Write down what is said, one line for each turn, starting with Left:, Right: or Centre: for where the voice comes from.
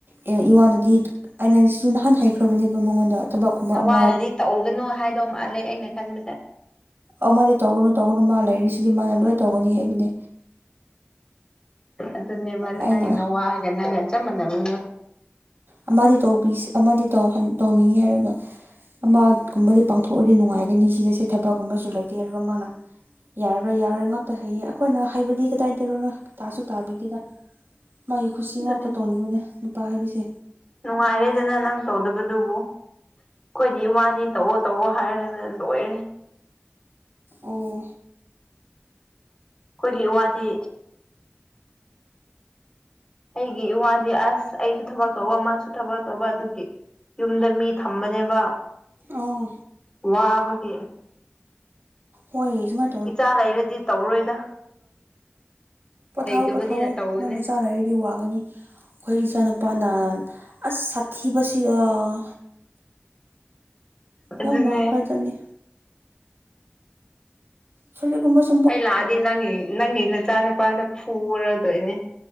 Right: ꯑ‌ꯦ ꯏꯋꯥꯅꯗꯤ ꯑꯩꯅꯁꯨ ꯅꯍꯥꯟ ꯍꯩꯈ꯭ꯔꯕꯅꯦꯕ ꯃꯉꯣꯟꯗ ꯊꯕꯛꯀꯨꯝꯕ
Left: ꯅꯋꯥꯅꯗꯤ
Right: ꯑꯃ
Left: ꯇꯧꯒꯅꯨ ꯍꯥꯏꯗꯧ ꯃꯥꯜꯂ ꯑꯩꯅ ꯈꯟꯕꯗ
Right: ꯑ ꯃꯥꯗꯤ ꯇꯧꯒꯅꯨ ꯇꯧꯒꯅꯨ ꯃꯥ ꯂꯩꯔꯤꯁꯤꯗꯤ ꯃꯥꯅ ꯂꯣꯏ ꯇꯧꯒꯅꯤ ꯍꯥꯏꯕꯅꯦ
Left: ꯑꯗꯨꯅꯦꯕ ꯅꯪꯒꯤꯅ
Right: ꯑꯩꯅ
Left: ꯅꯋꯥꯑꯒ ꯅꯪꯒ ꯆꯞ ꯃꯥꯟꯅꯕ
Right: ꯑꯃꯗꯤ ꯇꯧꯕ ꯑꯃꯗꯤ ꯇꯧꯅꯤꯡꯉꯤ ꯍꯥꯏꯔꯒ ꯑꯃꯒꯨꯝꯕꯗꯤ ꯄꯥꯡꯊꯣꯛꯑꯗꯤ ꯅꯨꯡꯉꯥꯏꯒꯅꯤ ꯁꯤꯗꯁꯦ ꯊꯕꯛꯀꯨꯝꯕꯁꯨ ꯂꯩꯇꯦ ꯍꯥꯏꯔꯒ ꯃꯥꯅ ꯌꯥꯔꯔꯣꯏ ꯌꯥꯔꯣꯏ ꯉꯥꯛꯇ ꯍꯩꯌꯦ ꯑꯩꯈꯣꯏꯅ ꯍꯥꯏꯕꯗꯤ ꯀꯗꯥꯏꯗꯔꯔ ꯀꯇꯥꯁꯨ ꯇꯥꯕꯤꯒꯦꯗ
Left: <inaudible>
Right: ꯃꯥꯒꯤ ꯈꯨꯠꯁꯤ
Left: ꯑꯗꯨꯅꯦ
Right: ꯉꯥꯛꯇ ꯇꯧꯅꯤꯡꯕꯅꯦ ꯅꯨꯄꯥ ꯍꯥꯏꯕꯁꯦ
Left: ꯅꯨꯡꯉꯥꯏꯔꯦꯗꯅ ꯅꯪ ꯇꯧꯗꯕꯗꯨꯕꯨ ꯑꯩꯈꯣꯏꯗꯤ ꯋꯥꯗꯤ ꯇꯧꯑꯣ ꯇꯧꯑꯣ ꯍꯥꯏꯔꯅ ꯂꯣꯏꯔꯦ
Right: ꯑꯣ
Left: ꯑꯩꯈꯣꯏꯒꯤ ꯋꯥꯗꯤ ꯑꯩꯒꯤ ꯏ ꯋꯥꯗꯤ ꯑꯁ ꯑꯩꯁꯨ ꯊꯕꯛ ꯇꯧꯕ ꯃꯥꯁꯨ ꯊꯕꯛ ꯇꯧꯕ ꯑꯗꯨꯒꯤ ꯌꯨꯝꯗ ꯃꯤ ꯊꯝꯕꯅꯦꯕ
Right: ꯑꯥ
Left: ꯋꯥꯕꯒꯤ
Right: ꯃ‌ꯣꯏ ꯁꯨꯃꯥꯏꯟ
Left: ꯏꯆꯥ ꯂꯩꯔꯗꯤ ꯇꯧꯔꯣꯏꯗ
Right: ꯄꯣꯊꯥꯎꯑꯣ
Left: ꯂꯩꯇꯕꯅꯤꯅ
Right: ꯄꯣꯊꯥꯑꯣ
Left: ꯇꯧꯕꯅꯦ
Right: ꯅꯣꯏ ꯅꯆꯥ ꯂꯩꯔꯗꯤ ꯋꯥꯒꯅꯤ ꯑꯩꯈꯣꯏ ꯏꯆꯥ ꯅꯨꯄꯥꯅ ꯑꯁ ꯁꯥꯊꯤꯕꯁꯤ ꯑꯥ
Left: ꯑꯗꯨꯅꯦ
Right: ꯌꯥꯝ ꯋꯥꯈ꯭ꯔꯖꯅꯤ ꯐꯔꯤꯠꯒꯨꯝꯕꯁꯨ
Left: ꯑꯩ ꯂꯥꯛꯑꯗꯤ ꯅꯪ ꯅꯪꯒꯤ ꯅꯆꯥ ꯅꯨꯄꯥꯅ ꯐꯨꯔꯗꯣꯏꯅꯦ